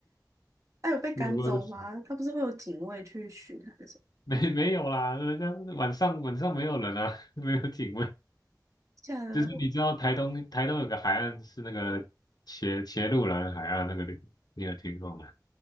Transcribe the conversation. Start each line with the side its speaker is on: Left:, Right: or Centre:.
Right: 他有被赶走吗？
Left: 有吗？<laughs>
Right: 他不是会有警卫去巡还是什么？
Left: 没没有啦，人家晚上晚上没有人啊，<laughs> 没有警卫。
Right: 现在
Left: 就是你知道台东台东有个海岸是那个茄茄鹿兰海岸那个地，你有听过吗？